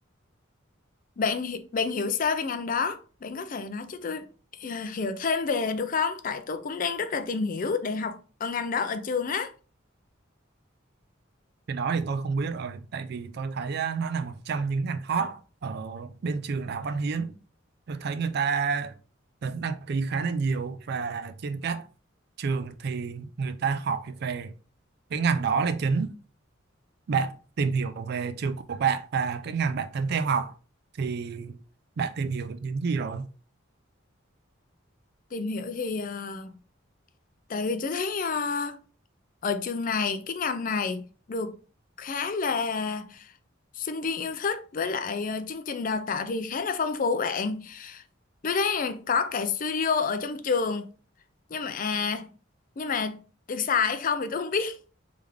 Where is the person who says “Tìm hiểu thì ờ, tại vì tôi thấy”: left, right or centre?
Left